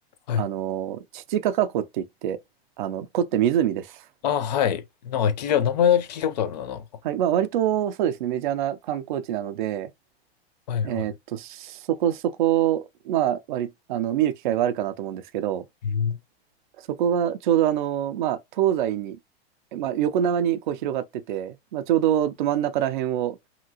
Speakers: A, on the left; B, on the right.
A: はい。
B: あの、チチカカ湖って言って、あの、湖って湖です。
A: ああ、はい。なんか聞いた、名前だけ聞いたことあるな、なんか。
B: はい。まあ、割とそうですね、メジャーな観光地なので、
A: はいは
B: えーっと、そこそこ、まあ、割、あの、見る機会はあるかなと思うんですけど、
A: い。うん
B: そこがちょうどあの、まあ、東西に、まあ、横長にこう広がってて、まあ、ちょうどど真ん中ら辺を